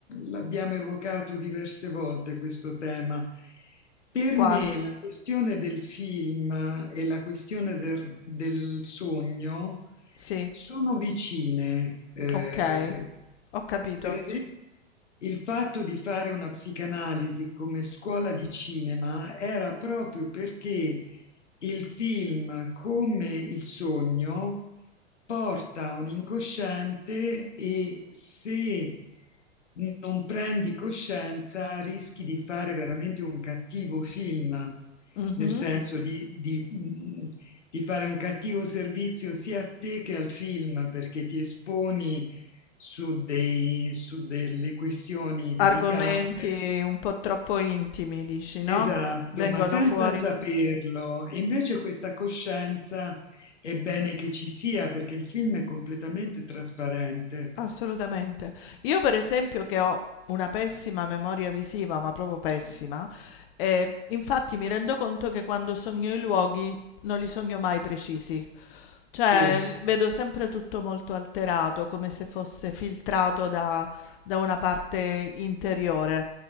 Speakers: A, on the left; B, on the left.
A: l'abbiamo evocato diverse volte questo tema. Per
B: Quale?
A: me la questione del film e la questione del, del sogno
B: Sì.
A: sono vicine. eh,
B: Ok, ho capito.
A: per esempio, il fatto di fare una psicanalisi come scuola di cinema era proprio perché il film, come il sogno, porta a un incosciente e se non prendi coscienza rischi di fare veramente un cattivo film,
B: Mhm.
A: nel senso di, di, mh, di fare un cattivo servizio sia a te che al film, perché ti esponi su, dei- su delle questioni delicate,
B: Argomenti un po' troppo intimi, dici, no?
A: esatto,
B: Che vengono
A: ma senza
B: fuori.
A: saperlo. E invece questa coscienza è bene che ci sia perché il film è completamente trasparente.
B: Assolutamente. Io, per esempio, che ho una pessima memoria visiva, ma proprio pessima, eh, infatti mi rendo conto che quando sogno i luoghi non li sogno mai precisi. Cioè,
A: Sì,
B: l- vedo sempre tutto molto alterato, come se fosse filtrato da, da una parte interiore.